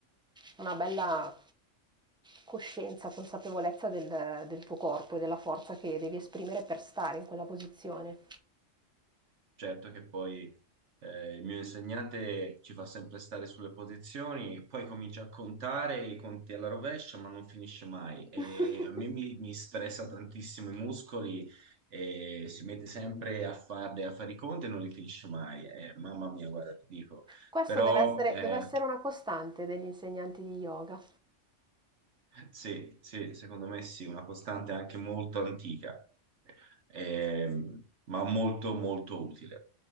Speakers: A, in the centre; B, on the right (about 65°).
A: una bella coscienza, consapevolezza del, del tuo corpo e della forza che devi esprimere per stare in quella posizione.
B: Certo che poi eh, il mio insegnante ci fa sempre stare sulle posizioni, poi comincia a contare i conti alla rovescia, ma non finisce mai. E
A: <laughs>
B: a me mi, mi stressa tantissimo i muscoli e si mette sempre a farle, a fare i conti e non li finisce mai. Eh, mamma mia, guarda, ti dico.
A: Questo
B: Però
A: deve essere,
B: eh,
A: deve essere una costante degli insegnanti di yoga.
B: sì, sì, secondo me sì, una costante anche molto antica, ehm, ma molto, molto utile.